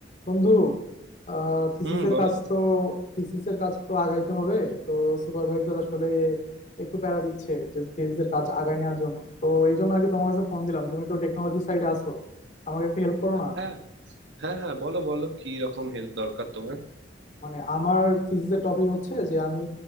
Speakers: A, on the left; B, on the right.
A: বন্ধু আহ থিসিসের
B: হুম বলো
A: কাজ তো থিসিসের কাজ তো আগাইতে হবে তো সুপারভাইজার আসলে একটু প্যারা দিচ্ছে যে থিসিসের কাজ আগায় নেওয়ার জন্য তো এই জন্য আর কি তোমার কাছে ফোন দিলাম তুমি তো টেকনোলজি সাইডে আছো আমাকে একটু হেল্প করো না
B: হ্যাঁ হ্যাঁ হ্যাঁ বলো বলো কি রকম হেল্প দরকার তোমার
A: মানে আমার থিসিসের টপিক হচ্ছে যে আমি